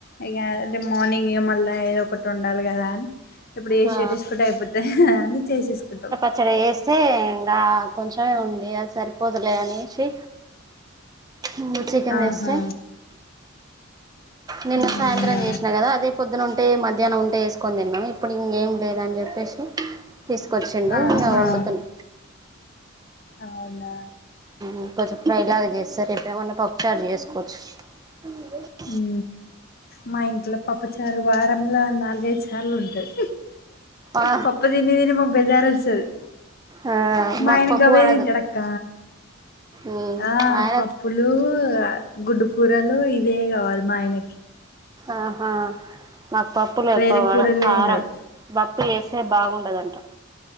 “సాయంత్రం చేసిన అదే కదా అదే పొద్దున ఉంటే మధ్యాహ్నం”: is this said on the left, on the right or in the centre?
Right